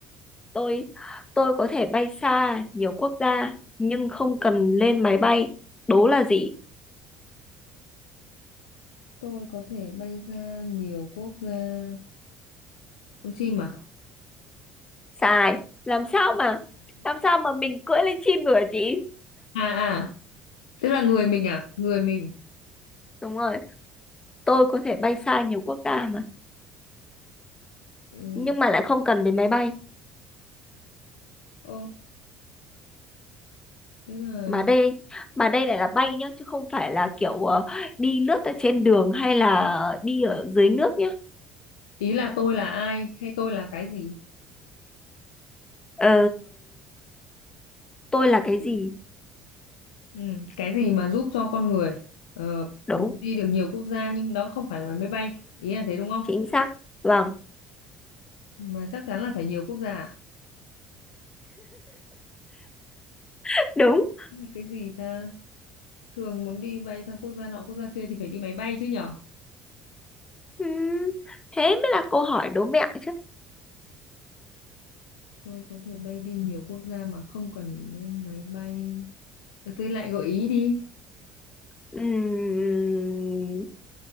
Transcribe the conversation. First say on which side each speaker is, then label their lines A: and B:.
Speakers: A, on the left; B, on the left.
A: tôi tôi có thể bay xa nhiều quốc gia nhưng không cần lên máy bay đố là gì
B: tôi có thể bay ra nhiều quốc gia con chim à
A: sai làm sao mà làm sao mà mình cưỡi lên chim được hả chị
B: à à tức là người mình à người mình
A: đúng rồi tôi có thể bay xa nhiều quốc gia mà
B: ừ.
A: nhưng mà lại không cần đến máy bay
B: ô tức là
A: mà đây mà đây lại là bay nhá chứ không phải là kiểu ờ, đi lướt ở trên đường hay là đi ở dưới nước nhá
B: ý là tôi là ai hay tôi là cái gì
A: ờ, tôi là cái gì
B: ừ. cái gì mà giúp cho con người ờ,
A: đúng
B: đi được nhiều quốc gia nhưng đó không phải là máy bay ý là thế đúng không
A: chính xác vâng
B: mà chắc chắn là phải nhiều quốc gia à?
A: <laughs> đúng
B: cái gì ta thường muốn đi bay sang quốc gia nọ quốc gia kia thì phải đi máy bay chứ nhở
A: Ừm, thế mới là câu hỏi đố mẹo chứ
B: tôi có thể bay đi nhiều quốc gia mà không cần lên máy bay Ờ, tôi lại gợi ý đi
A: Ừm,